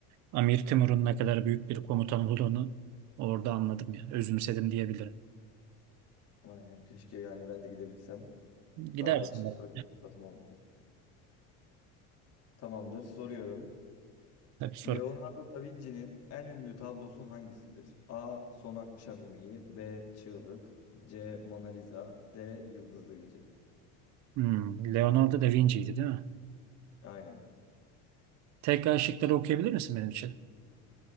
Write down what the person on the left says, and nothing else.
Aynen. Keşke yani ben de gidebilsem.
Daha hiç
öyle bir fırsatım olmadı. Tamamdır. Soruyorum.
Leonardo da Vinci'nin en ünlü tablosu hangisidir? A. Son Akşam Yemeği B. Çığlık C. Mona Lisa D. Yıldızlı Gece.
Aynen.